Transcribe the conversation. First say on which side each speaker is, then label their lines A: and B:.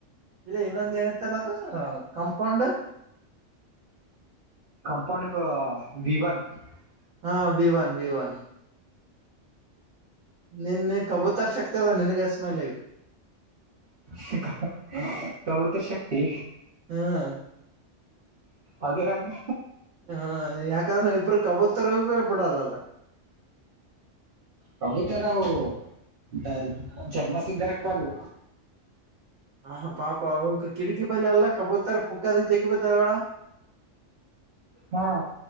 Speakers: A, on the right; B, on the right.
A: ಇಲ್ಲ ಇನ್ನೊಂದ ಏನಿತ್ತಲ್ಲ ಅದ ಕಂಪೌಂಡ್
B: ಕಂಪೌಂಡ ವಿವನ್ <unintelligible>
A: ಹಾ ವಿ ಒನ್ ವಿ ಒನ್ ನಿನ್ ಕಬೂತರ್ ಶಕ್ತಿ ಅದ ನಿನ್ಗೆ ಎಸ್ಮೈಲ್ಗ್
B: <unintelligible> ಕವುತ ಶಕ್ತಿ
A: ಹಾ
B: ಅದ ಹೆಂಗ
A: ಹ ಯಾಕಂದ್ರೆ ಇಬ್ರು ಕಬತ್ತರಗೂ ಬಿಡಲ್ಲಲ್ಲ.
B: ಕಬುತರ್ ಅವ್ರ <unintelligible> ಚರ್ಮ ಸಿದ್ಧ ಹಕ್ಕವು.
A: ಹಾ ಪಾಪ ಅವ್ ಕಿಟಕಿ ಬಲ್ಲಿ ಎಲ್ಲ ಕಬೂತರ್ ಪುಕ್ಕೆಡುಕ್ ಜಗಿ ಬಿದ್ದವು ಹೇಳ
B: ಹಾ